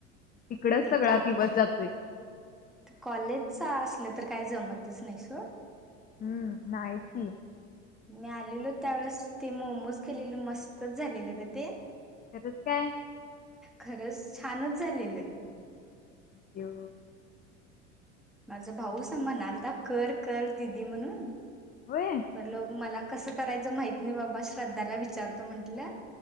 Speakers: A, on the left; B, in the centre.
A: तिकडेच
B: ते
A: सगळा
B: का
A: दिवस जातोय
B: कॉलेजच असलं तर काय जमतच नाही स
A: हम्म माती
B: मी आलेलो त्यावेळेस ते मोमोज केलेल मस्तच झालेलं ग ते
A: तरच काय
B: खरंच छानच झालेलं
A: तो
B: माझ भाऊ स म्हन आलता कर कर दिदी म्हणून म्हटल
A: होय
B: मला कसं करायचं माहत नाही बाबा श्रद्धाला विचारतो म्हंटलं